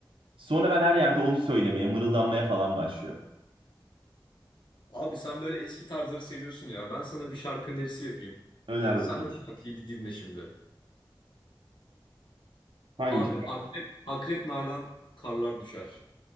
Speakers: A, on the right; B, on the left.
A: Sonra ben her yerde onu söylemeye, mırıldanmaya falan başlıyorum.
B: Abi sen böyle eski tarzları seviyorsun ya. Ben sana bir şarkı önerisi yapayım.
A: Öner
B: Sen
A: bakalım.
B: o şarkıyı bir dinle şimdi.
A: Hangi
B: Abi
A: şarkı?
B: Akrep, Akrep Nalan Karlar Düşer.